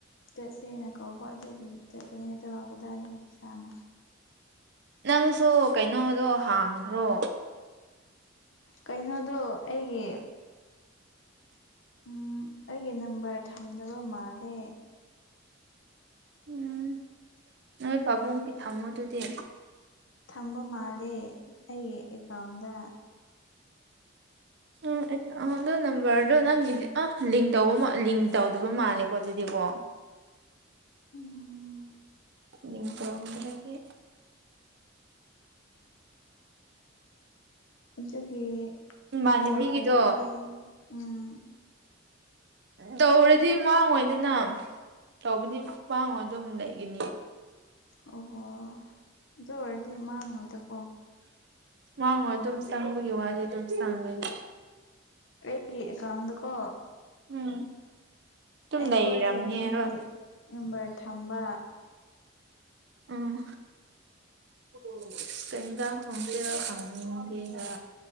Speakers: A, on the left (about 70°); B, on the right (about 60°).
A: ꯆꯠꯁꯦꯅ ꯇꯧꯕ ꯑꯗꯨꯒꯤ ꯆꯠꯇꯄꯅꯦꯗꯣ ꯀꯗꯥꯏꯗꯒꯤ ꯄꯩꯁꯥꯅ꯫
B: ꯅꯪꯁꯨ ꯀꯩꯅꯣꯗꯣ ꯍꯥꯡꯈ꯭ꯔꯣ꯫
A: ꯀꯩꯅꯣꯗꯣ ꯑꯩꯒꯤ ꯎ ꯑꯩꯒꯤ ꯅꯝꯕꯔ ꯊꯝꯗꯕ ꯃꯥꯜꯂꯦ
B: ꯎꯝ ꯅꯣꯏ ꯄꯥꯕꯨꯡꯒꯤ ꯊꯝꯃꯣ ꯑꯗꯨꯗꯤ꫰꫰
A: ꯊꯝꯕ ꯃꯥꯜꯂꯦ ꯑꯩꯒꯤ ꯑꯦꯀꯥꯎꯟꯗ
B: ꯎꯝ ꯑꯣꯟꯗꯣ ꯅꯝꯕꯔꯗꯣ ꯅꯪꯒꯤꯗꯤ ꯑꯧꯕ ꯂꯤꯡ ꯇꯧꯗꯕ ꯃꯥꯜꯂꯦꯀꯣ ꯑꯗꯨꯗꯤꯀꯣ
A: ꯎꯝ
B: ꯅꯤꯡ ꯇ꯭ꯔꯗ꯭ꯔꯗꯤ
A: ꯑꯗꯨꯒꯤ
B: ꯏꯃꯥꯟꯅꯕꯤꯒꯤꯗꯣ
A: ꯑꯩ ꯂꯣꯜꯇꯧꯅꯤꯡꯗꯦ ꯎꯝ꯫
B: ꯇꯧꯔꯗꯤ ꯃꯥꯡꯉꯣꯏꯗꯅ ꯇꯧꯕꯗꯤ ꯃꯥꯡꯉꯣꯏꯗꯝ ꯂꯩꯒꯅꯤ
A: ꯑꯣꯍꯣ ꯑꯗꯨ ꯑꯣꯏꯔꯗꯤ ꯃꯥꯡꯉꯣꯏꯗꯀꯣ꯫
B: ꯋꯥꯉꯣ ꯑꯗꯨꯝ ꯆꯪꯕꯒꯤ ꯋꯥꯗꯤ ꯑꯗꯨꯝ ꯆꯪꯒꯅꯤ
A: ꯑꯣ ꯑꯩ ꯀꯗꯨꯀꯣ
B: ꯎꯝ ꯑꯗꯨꯝ
A: ꯑꯩꯈꯣꯏ
B: ꯂꯩꯔꯝꯅꯦꯕ
A: ꯄꯕꯖꯨꯡꯒꯤ ꯅꯝꯕꯔ ꯊꯝꯕ
B: ꯎꯝ ꯀꯩ ꯏꯁꯥꯡ ꯊꯣꯡꯗꯣꯏꯔ ꯈꯪꯗꯦꯗ꯫